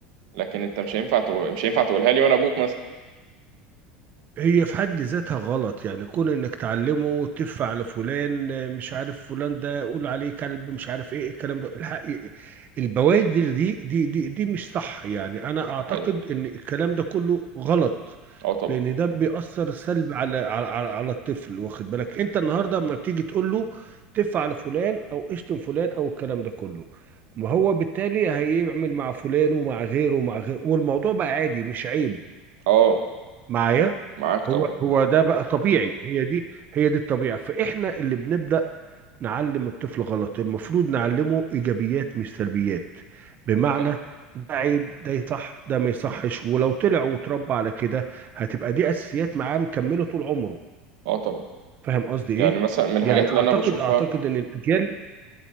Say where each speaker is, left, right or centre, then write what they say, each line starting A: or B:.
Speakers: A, on the right; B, on the right.
A: لكن انت مش هينفع تقول... مش هينفع تقولها لي وانا ابوك مثلا
B: هي في حد ذاتها غلط يعني كون انك تعلمه تف على فلان آه، مش عارف فلان ده قول عليه كلب مش عارف ايه الكلام ده الحق البوادر دي دي دي دي مش صح يعني انا اعتقد
A: ده حقيقي
B: ان الكلام ده كله غلط
A: اه طبعا
B: لان ده بيأثر سلب على على على على الطفل واخد بالك انت النهارده لما بتيجي تقول له تف على فلان او اشتم فلان او الكلام ده كله ما هو بالتالي هيعمل مع فلان ومع غيره ومع غيره والموضوع بقى عادي مش عيب
A: اه
B: معايا
A: معاك
B: هو
A: طبعا
B: هو ده بقى طبيعي هي دي هي دي الطبيعة فإحنا اللي بنبدأ نعلم الطفل غلط المفروض نعلمه إيجابيات مش سلبيات بمعنى
A: صح
B: ده عيب ده يصح ده ما يصحش ولو طلع وتربى على كده هتبقى دي أساسيات معاه مكملة طول عمره
A: اه طبعا
B: فاهم قصدي
A: يعني
B: إيه؟
A: مثلا من الحاجات
B: يعني
A: اللي
B: أعتقد
A: انا بشوفها
B: أعتقد إن الأجيال